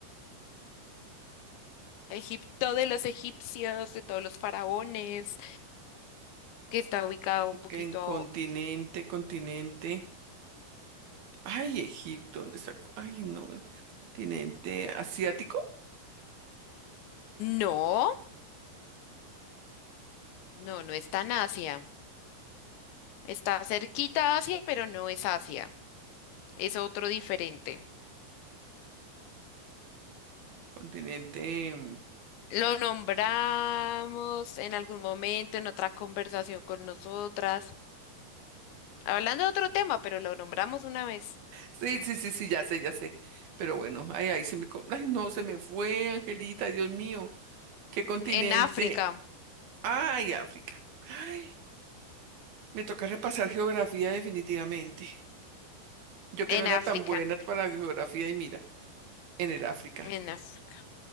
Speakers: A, on the left; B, on the right.
A: Egipto de los egipcios, de todos los faraones, que está ubicado un poquito...
B: que en continente, continente. Ay, Egipto, ¿dónde está? Ay, no, continente asiático,
A: No, no, no está en Asia. Está cerquita a Asia, pero no es Asia. Es otro diferente.
B: continente. mm,
A: Lo nombramos en algún momento, en otra conversación con nosotras. Hablando de otro tema, pero lo nombramos una vez.
B: Sí, sí, sí, sí, ya sé, ya sé. Pero bueno, ay, ahí se me. co- Ay, no, se me fue, Angelita, Dios mío. ¿Qué continente?
A: En África,
B: Ay, África. Ay, me toca repasar geografía definitivamente. Yo que
A: en
B: no era
A: África,
B: tan buena para la geografía y mira, en el África,
A: en África.